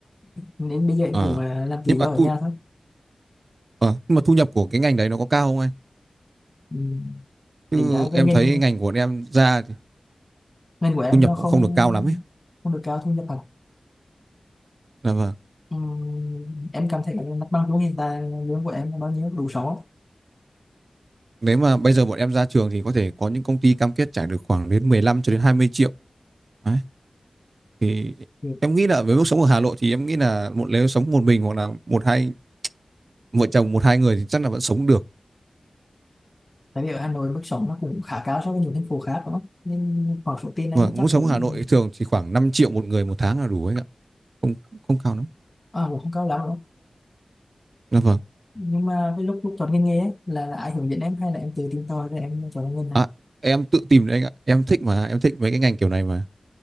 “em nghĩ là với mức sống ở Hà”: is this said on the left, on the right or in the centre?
Right